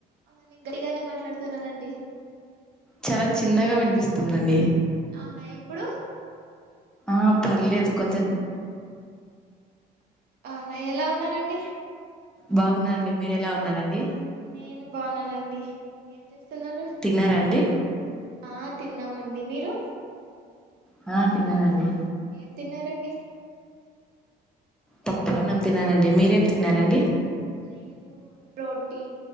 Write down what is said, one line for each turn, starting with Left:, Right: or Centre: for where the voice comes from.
Right: అవునా నేను గట్టిగా మాట్లాడుతున్నానండి
Centre: చాలా చిన్నగా వినిపిస్తుందండి
Right: అవునా ఇప్పుడు
Centre: ఆ పర్లేదు కొంచెం
Right: అవునా ఎలా ఉన్నారండి
Centre: బాగున్నానండి మీర ఎలా ఉన్నారండి
Right: నేను బాగున్నానండి ఏం చేస్తున్నారు
Centre: తిన్నారా అండి
Right: ఆ తిన్నామండి మీరు
Centre: హా తిన్నానండి
Right: ఎమ్ తిన్నారండి
Centre: పప్పు అన్నం తిన్నానండి మీరేం తిన్నారండి.
Right: నేను రోటీ